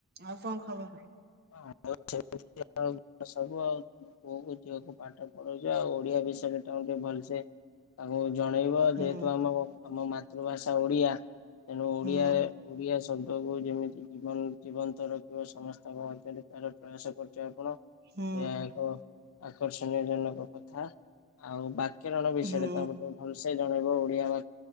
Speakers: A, on the right; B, on the left.
A: ଆଉ କଣ ଖବର?
B: ଆଉ ସେଇଟା ସବୁ ଆଉ ପୁଅକୁ ଝିଅକୁ ପାଠ ପଢଉଛି ଆଉ ଓଡିଆ ବିଷୟରେ ତାର ଟିକେ ଭଲସେ ତାଙ୍କୁ ଜଣେଇବା
A: ହୁଁ
B: ଯେହେତୁ ଆମର ଆମ ମାତୃଭାଷା ଓଡିଆ ତେଣୁ ଓଡ଼ିଆ
A: ହୁଁ
B: ଓଡ଼ିଆ ଶ ଦ୍ଦ କୁ ଯେମିତି ଜୀବନୀ ଜୀବନ୍ତ ରଖିବ ସମସ୍ତଙ୍କ ମଧ୍ୟରେ ତାର ପ୍ରୟାସ କରୁଛ ଆପଣ।
A: ହୁଁ
B: ଏହା ଏକ ଆକର୍ଷଣୀୟ ଜନକ କଥା ଆଉ ବାକ୍ୟରଣ ବିଷୟରେ
A: ହୁଁ
B: ତ ଆମେ ଭଲସେ ଜଣେଇବ ଓଡିଆ ଭା